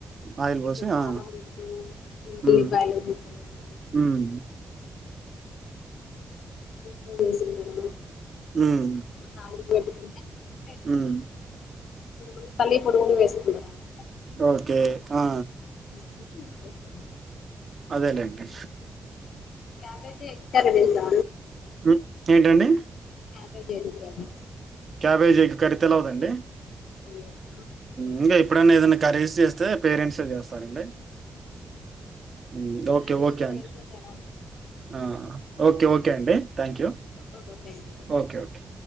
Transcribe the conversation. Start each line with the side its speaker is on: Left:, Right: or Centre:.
Right: ఆయల్ పోసి
Left: ఎక్కువ కారం
Right: ఆ
Left: ఉప్పు
Right: ఉమ్
Left: ఎల్లిపాయలు ముక్కలు వేసి
Right: ఉమ్
Left: కొంచెం డీఫ్రై చేసిన తర్వాత
Right: ఉమ్
Left: తాలింపు పెట్టుకుంటే ఉప్పేస్కోవాలి
Right: ఉమ్,
Left: కొంచెం కొంతమంది పల్లీ పొడి గూడ వేసుకుంటారళ్ళ
Right: ఓకే ఆ
Left: ఇంగ ఉప్పేసుకోవాలి
Right: అదేలేండీ
Left: క్యాబేజీ ఎగ్ కర్రీ చేసా
Right: ఊ ఏంటండి
Left: cabbage egg curry
Right: cabbage egg curry తెలవదండి
Left: తెలియదు
Right: ముందే ఎప్పుడైన్న ఏదైనా కర్రీస్ చేస్తే పేరెంట్స్ యే చేస్తారండి. ఉ ఓకే
Left: క్యాబేజీ
Right: ఓకే
Left: ఎక్తారంటే
Right: అండి
Left: చాలా
Right: ఆ ఓకే ఓకే అండి thank you
Left: okay thank you
Right: okay okay